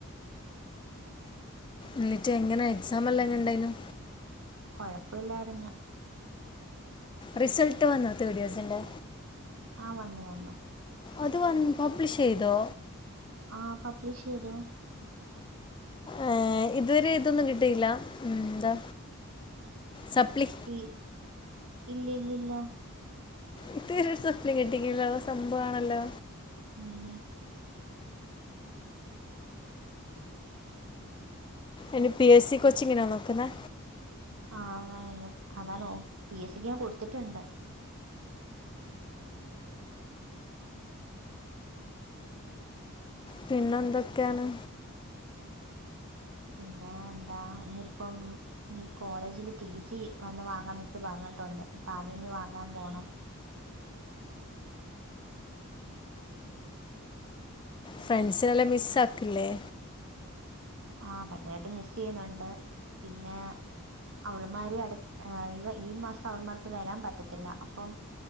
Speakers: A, on the left (about 20°); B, on the right (about 70°).
A: ന്നിട്ട് എങ്ങനാ എക്സാമെല്ലാം എങ്ങനെണ്ടായ്നു?
B: കൊഴപ്പുല്ലാര്ന്നു
A: റിസൾട്ട് വന്നോ തേർഡ് യിയേർസിന്റെ?
B: ആഹ വന്നു വന്നു
A: അത് വന്ന് പബ്ലിഷ് ചെയ്തോ?
B: ആഹ് പബ്ലിഷ് ചെയ്തു
A: ഏ ഇതുവരെ ഇതൊന്നും കിട്ടിയില്ല ഉം എന്താ സപ്ലി
B: ഈ ഇല്ല ഇല്ല ഇല്ല
A: ഇതുവരെ ഒരു സപ്ലി കിട്ടില്ല സംമ്പാണല്ലോ
B: ഉം
A: ഇനി പി എസ് സി കോച്ചിങ്നാ നോക്കുന്നെ.
B: ആഹ വ അതിന് അതാണൊപി എസ് സി ക്ക് ഞാൻ കൊടുത്തിട്ടുണ്ട്
A: പിന്നെ എന്തൊക്കെയാണ്
B: പിന്നെ എന്താ ഇനിയിപ്പം ഇനി കോളേജില് ടി സി വന്ന് വാങ്ങാൻ മിസ്സ് പറഞ്ഞിട്ടുണ്ട് ഇപ്പൊ അത് ഇനി വാങ്ങാൻ പോണം.
A: ഫ്രണ്ട്സിനെല്ലാം മിസ്സാക്ക്ണിലെ
B: ആ ഭയങ്കരമായിട്ട് മിസ്സ് ചെയ്യുന്നുണ്ട് പിന്നെ അവൾമാര് അടുത്ത ഈ മാസം അവൾമാർക്ക് വരാൻ പറ്റത്തില്ല അപ്പം